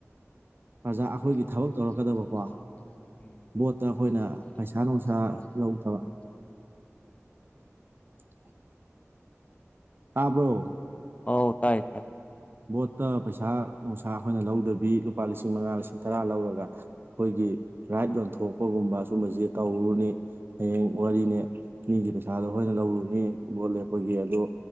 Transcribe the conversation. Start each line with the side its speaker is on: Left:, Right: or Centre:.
Right: ꯄ꯭ꯔꯖꯥ ꯑꯈꯣꯏꯒꯤ ꯊꯕꯛ ꯇꯧꯔꯛꯀꯗꯕꯀꯣ
Left: ꯎꯝ
Right: ꯚꯣꯠꯇ ꯈꯣꯏꯅ ꯄꯩꯁꯥ ꯅꯨꯡꯁꯥ ꯂꯧꯗꯕ <inaudible> ꯇꯥꯕ꯭ꯔꯣ꯫
Left: ꯑꯣ ꯇꯥꯏꯌꯦ ꯇꯥꯏꯌꯦ꯫
Right: ꯕꯣꯠꯇ ꯄꯩꯁꯥ ꯅꯨꯡꯁꯥ ꯑꯩꯈꯣꯏꯅ ꯂꯧꯗꯕꯤ ꯂꯨꯄꯥ ꯂꯤꯁꯤꯡ ꯃꯉꯥ ꯂꯤꯁꯤꯡ ꯇꯔꯥ ꯂꯧꯔꯒ꯫ ꯑꯩꯈꯣꯏꯒꯤ ꯔꯥꯏꯠ ꯌꯣꯟꯊꯣꯛꯄꯒꯨꯝꯕ ꯁꯨꯝꯕꯁꯤ ꯇꯧꯔꯨꯅꯤ ꯍꯌꯦꯡ ꯋꯥꯔꯤꯅꯤ꯫ ꯃꯤꯒꯤ ꯄꯩꯁꯥꯗꯣ ꯑꯈꯣꯏꯅ ꯂꯧꯔꯨꯅꯤ ꯕꯣꯠ ꯂꯦꯞꯄꯒꯤ ꯑꯗꯣ꯫